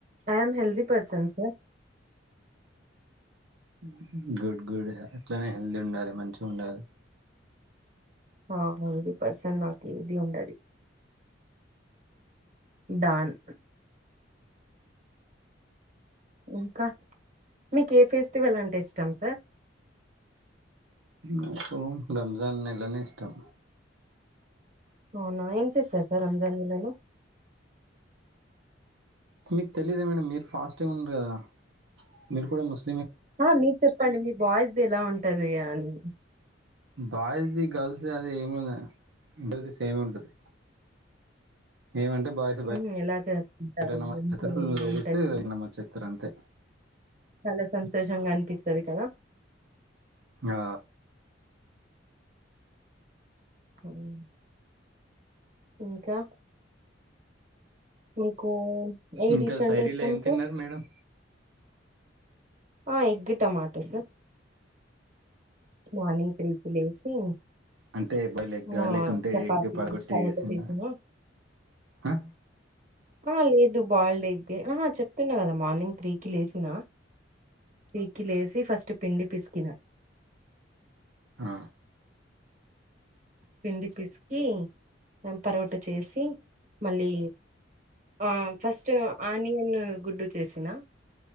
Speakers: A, on the right; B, on the right.
A: I am healthy person sir
B: ఉహుం గుడ్ గుడ్ అట్లానే హెల్తీ ఉండాలి మంచిగా ఉండాలి
A: ఆ హెల్తీ పర్సన్ నాకి ఏది ఉండది డాన్ ఇంకా మీకు ఏ ఫెస్టివల్ అంటే ఇష్టం సార్
B: నాకు రంజాన్ నెలనే ఇష్టం
A: అవునా ఏం చేస్తారు సార్ రంజాన్ నెలలో
B: మీకు తెలిదా మేడం మీరు ఫాస్టింగ్ ఉండారు కదా మీరు కూడా ముస్లిం
A: ఆ మీరు చెప్పండి మీ బాయ్స్ ది ఎలా ఉంటది అని
B: బాయ్స్ ది గర్ల్స్ ది అది ఏమి ఇద్దరిదీ సేమ్ ఏ ఉంటది ఏమంటే బాయ్స్
A: ఉమ్ ఎలా చేస్తుంటారు
B: బయట నమస్తారు
A: ఇంట్లో ఎలా
B: లేడీస్
A: ఉంటది
B: నమస్తారు అంతే
A: చాలా సంతోషంగా అనిపిస్తది కదా
B: ఆ
A: ఉమ్ ఇంకా మీకు ఏ
B: ఇంకా
A: డిష్ అంటే
B: సైరీలో
A: ఇష్టం
B: ఏం
A: సార్
B: తిన్నారు మేడం
A: ఆ ఎగ్ టమాటా సార్ మార్నింగ్ త్రీకి లేసి
B: అంటే బాయిల్డ్ ఎగ్ ఆ
A: ఆహ్,
B: లేకుంటే
A: చపాతీ,
B: ఎగ్ పలగొట్టి
A: పరోటా
B: వేసింద
A: చేసినా
B: ఆ
A: ఆ లేదు బాయిల్డేగ ఆ చెప్తున్నా కదా మార్నింగ్ త్రీకిి లేచిన తీకి లేసి ఫస్ట్ పిండి పిసికినా
B: ఆ
A: పిండి పిసికి పరోట చేసి మళ్ళీ ఆ ఫస్ట్ ఆనియన్ గుడ్డు చేసిన